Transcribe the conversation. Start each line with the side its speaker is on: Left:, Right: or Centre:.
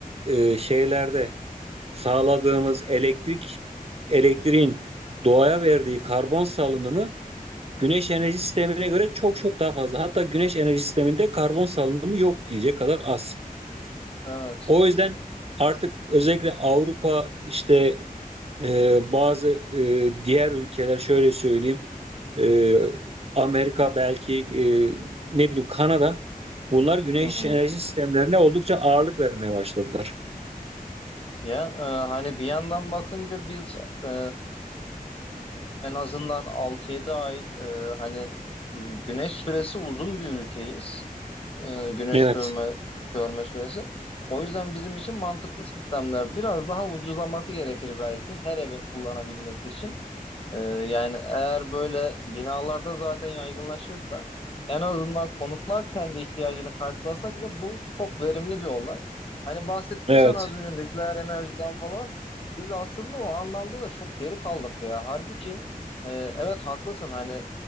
Right: e, şeylerde sağladığımız elektrik elektriğin doğaya verdiği karbon salınımı güneş enerji sistemine göre çok çok daha fazla. Hatta güneş enerji sisteminde karbon salınımı yok diyecek kadar az.
Left: Evet.
Right: O yüzden Artık özellikle Avrupa işte e, bazı e, diğer ülkeler şöyle söyleyeyim e, Amerika belki e, ne bileyim Kanada bunlar güneş
Left: Hı hı.
Right: enerji sistemlerine oldukça ağırlık vermeye başladılar.
Left: Ya e, hani bir yandan bakınca biz e, en azından altı yedi ay e, hani güneş süresi uzun bir ülkeyiz. E, güneş
Right: Evet,
Left: görme görme süresi. O yüzden bizim için mantıklı sistemler biraz daha ucuzlaması gerekir belki her evin kullanabilmesi için. Ee, yani eğer böyle binalarda zaten yaygınlaşırsa en azından konutlar kendi ihtiyacını karşılasa bile bu çok verimli bir olay. Hani bahsettin
Right: evet,
Left: sen az önce nükleer enerjiden falan. Biz aslında o anlamda da çok geri kaldık ya. Halbuki e, evet haklısın hani